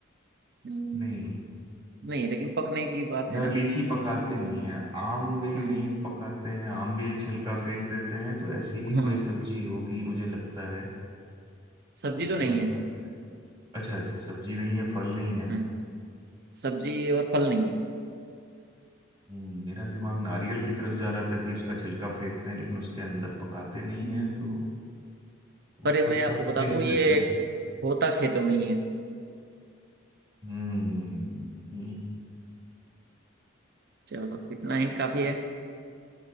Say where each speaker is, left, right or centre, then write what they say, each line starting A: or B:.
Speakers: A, on the right; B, on the right.
A: हम्म,
B: नहीं
A: नहीं लेकिन पकने की बात
B: ल-
A: है ना
B: लीची पकाती नहीं है आम भी
A: हम्म
B: नहीं पकाते हैं आम भी छिलका फेंक देते हैं तो ऐसी ही
A: हम्म
B: कोई सब्जी होगी मुझे लगता है
A: सब्जी
B: ऊपर
A: तो नहीं है
B: का अच्छा जी सब्जी नहीं है फल नहीं है
A: हम्म सब्जी और फल नहीं है
B: हम्म, मेरा दिमाग नारियल की तरफ जा रहा था कि उसका छिलका फेंकते हैं लेकिन उसके अंदर पकाते नहीं
A: हम्म।
B: हैं तो
A: पर
B: ऊपर
A: ये मैं आपको
B: का
A: बता
B: फेंक
A: दूं ये
B: देते हैं
A: होता खेतों में ही है
B: हम्म हम्म,
A: चलो तो इतना हिंट काफी है